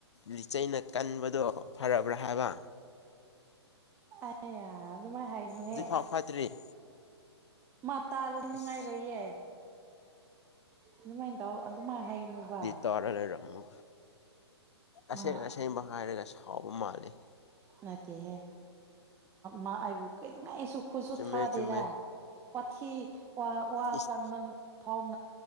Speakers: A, on the left; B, on the right.
A: ꯂꯤꯆꯩꯅ ꯀꯟꯕꯗꯣ ꯐꯔꯕ꯭ꯔꯥ ꯍꯥꯏꯕ
B: ꯑ ꯑꯗꯨꯃꯥꯏꯅ ꯍꯥꯏꯅꯨꯍꯦ
A: ꯍꯧꯖꯤꯛꯐꯥꯎ ꯐꯠꯇ꯭ꯔꯤ
B: ꯃꯥ ꯇꯔꯗꯤ ꯅꯨꯡꯉꯥꯏꯔꯣꯏꯌꯦ
A: ꯏꯁ
B: ꯑꯗꯨꯃꯥꯏꯅ ꯇꯧ ꯑꯗꯨꯃꯥꯏꯅ ꯍꯥꯏꯅꯨꯕ
A: ꯇꯧꯔ ꯂꯩꯔꯝꯃꯣ
B: ꯃꯥ
A: ꯑꯁꯦꯡ ꯑꯁꯦꯡꯕ ꯍꯥꯏꯔꯒ ꯁꯥꯎꯕ ꯃꯥꯜꯂꯤ
B: ꯅꯠꯇꯦꯍꯦ ꯃꯥ ꯑꯩꯕꯨ ꯀꯩꯗꯅ ꯑꯩꯁꯨ ꯈꯨꯠꯁꯨ
A: ꯆꯨꯝꯃꯦ
B: ꯊꯥꯗꯦꯗ
A: ꯆꯨꯝꯃꯦ
B: ꯋꯥꯊꯤ ꯋꯥ
A: ꯏꯁ
B: ꯀꯟꯕ ꯐꯧ